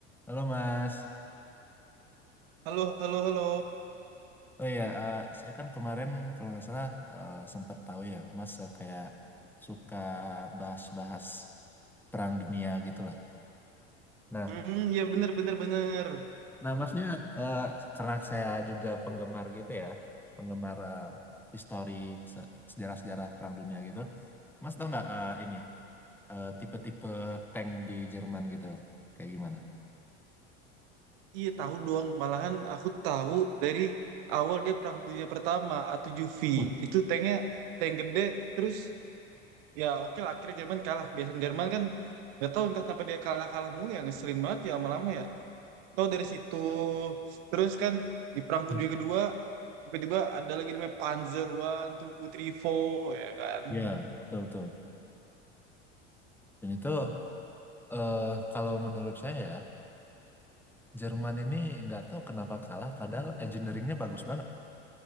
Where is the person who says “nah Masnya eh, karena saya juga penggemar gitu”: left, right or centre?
Centre